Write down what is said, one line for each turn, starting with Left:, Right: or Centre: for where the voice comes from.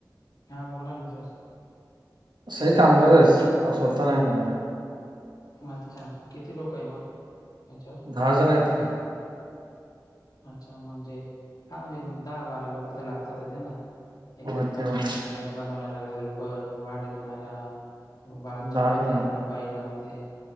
Left: हा बोला ना सर...
Right: सही काम करत पण स्वतः ता नाही करनार...
Left: हा अच्छा किती लोक आहे मग अच्छा....
Right: दहा जण आहेत.
Left: अच्छा म्हणजे हा म्हणजे दहा बारा लोक तर लागतातच आहे ना एक
Right: होय
Left: जण बनवणारा.
Right: तेवढे
Left: त्या बनवणारा हेल्पर मग भांड्या धुणारा बा चपात्याना...
Right: दहा जण आहेत
Left: बाई लागते